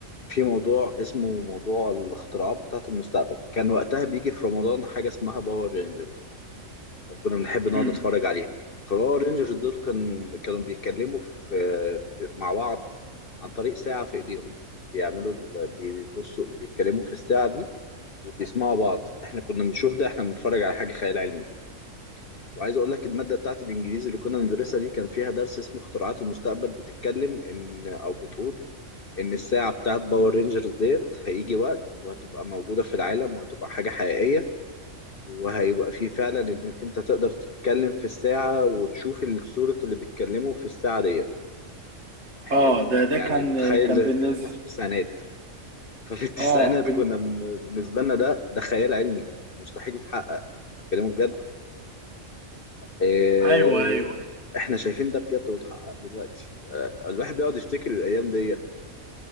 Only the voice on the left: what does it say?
في موضوع اسمه موضوع الاختراعات بتاعة المستقبل كان وقتها بيجي في رمضان حاجة اسمها باور رينجرز كنا بنحب نقعد
نتفرج عليهم فباور رينجرز دول كان كانوا بيتكلموا في في- مع بعض عن طريق ساعة في ايديهم بيعملوا ال- بيبصوا بيتكلموا في الساعة دي وبيسمعوا بعض احنا كنا بنشوف ده احنا بنتفرج على حاجة خيال علمي وعايز اقول لك المادة بتاعت الانجليزي اللي كنا بندرسها دي كان فيها درس اسمه اختراعات المستقبل بتتكلم ان او بتقول ان الساعة بتاعت باور رينجرز ديت هيجي وقت وهتبقى موجودة في العالم وهتبقى حاجة حقيقية وهيبقى فيه فعلا انك انت تقدر تتكلم في الساعة وتشوف الصورة اللي بيتكلموا في الساعة ديت احنا
يعني
متخيل
اللي بيتكلم
ده في التسعينات ففي التسعينات
كنا م- بالنسبة لنا ده ده خيال علمي مستحيل يتحقق انتوا بتتكلموا بجد اه
احنا شايفين ده بجد واتحقق دلوقتي اه الواحد بيقعد يفتكر الايام ديت